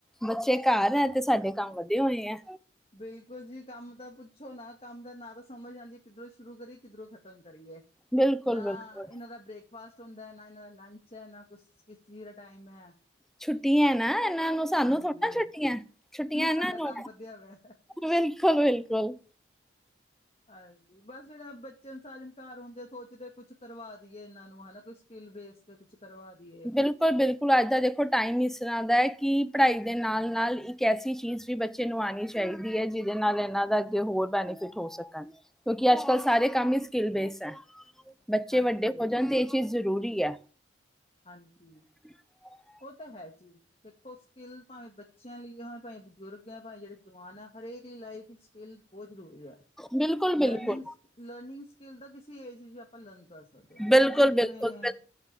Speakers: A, in the centre; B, on the left.
A: ਬੱਚੇ ਘਰ ਐ ਤੇ ਸਾਡੇ ਕੰਮ ਵਧੇ ਹੋਏ ਐਂ।
B: ਬਿਲਕੁਲ ਜੀ, ਕੰਮ ਤਾਂ ਪੁੱਛੋ ਨਾ ਕੰਮ ਦਾ ਨਾ ਤਾਂ ਸਮਝ ਆਉਂ ਕਿੱਧਰੋਂ ਸ਼ੁਰੂ ਕਰੀਏ, ਕਿੱਧਰੋਂ ਖ਼ਤਮ ਕਰੀਏ?
A: ਬਿਲਕੁਲ
B: ਨਾ
A: ਬਿਲਕੁਲ।
B: ਇਹਨਾਂ ਦਾ ਬ੍ਰੇਕ ਫਾਸਟ ਹੁੰਦਾ ਨਾ, ਲੰਚ ਐ ਨਾ ਕੁ ਕਿਸ ਚੀਜ ਦਾ ਟਾਈਮ ਐ।
A: ਛੁੱਟੀਆਂ ਐ ਨਾ, ਇਹਨਾਂ ਨੂੰ ਸਾਨੂੰ
B: ਹਾਂਜੀ
A: ਥੋੜ੍ਹਾ ਨਾ ਛੁੱਟੀਆਂ। ਛੁੱਟੀਆਂ ਇਨ੍ਹਾਂ
B: ਸਾਡਾ
A: ਨੂੰ
B: ਕੰਮ ਵਧੀਆ ਹੋਇਆ
A: ਬਿਲਕੁਲ ਬਿਲਕੁਲ।
B: ਹਾਂਜੀ ਬਸ ਫਿਰ ਬੱਚਏ ਸਾਰ ਦਿਨ ਘਰ ਆਉਂਦੇ ਸੋਚਦੇ ਕੁਛ ਕਰਵਾ ਦੀਈਏ ਇਹਨਾਂ ਨੂੰ ਹਨਾ ਕੁਛ ਸਕਿੱਲ ਬੇਸ ਤੇ ਕੁਝ ਕਰਵਾ ਦੀਏ।
A: ਬਿਲਕੁਲ ਬਿਲਕੁਲ ਅੱਜ ਦਾ ਦੇਖੋ ਟਾਈਮ ਇਸ ਤਰ੍ਹਾਂ ਦਾ ਐ ਕਿ ਪੜ੍ਹਾਈ ਦੇ ਨਾਲ-ਨਾਲ ਇੱਕ ਐਸੀ ਚੀਜ਼ ਬੱਚੇ ਨੂੰ ਆਣੀ ਚਾਈਦੀ ਐ, ਜਿਹਦੇ ਨਾਲ ਇਹਨਾਂ ਦਾ ਅੱਗੇ ਹੋਰ ਬੈਨੀਫਿਟ ਹੋ ਸਕਣ। ਕਿਉਂਕਿ ਅੱਜ-ਕੱਲ੍ਹ ਸਾਰੇ ਕੰਮ ਹੀ ਸਕਿੱਲ ਬੇਸ ਐ ਬੱਚੇ
B: ਹਾਂਜੀ
A: ਵੱਡੇ ਹੋ ਜਾਣ ਤੇ ਇਹ ਚੀਜ਼ ਜ਼ਰੂਰੀ ਐ।
B: ਹਾਂਜੀ।
A: ਹ <inaudible>
B: ਉਹ ਤਾਂ ਹੈ ਜੀ, ਦੇਖੋ ਸਕਿੱਲ ਭਾਵੇਂ ਬੱਚਿਆਂ ਲਈ ਹੁਣ ਭਾਐਂ ਬਜ਼ੁਰਗ ਭਾਐਂ ਜਿਹੜੇ ਜਵਾਨ ਏ, ਹਰੇਕ ਲਈ ਲਾਈਫ ਵਿੱਚ ਸਕਿੱਲ ਬਹੁਤ ਜ਼ਰੂਰੀ ਐ।
A: ਬਿਲਕੁਲ-ਬਿਲਕੁਲ,
B: ਲਰਨਿੰਗ ਸ ਲਰਨਿੰਗ ਸਕਿੱਲ ਦਾ ਕਿਸੇ ਏਜ ਪੱਲਣ ਕਰ ਸਕਦੇ ਹਾਂ
A: ਬਿਲਕੁਲ-ਬਿਲਕੁਲ,
B: ਹਨਾ, ਜਿਵੇਂ
A: ਬਿਲਕੁਲ ਬਿਲਕੁਲ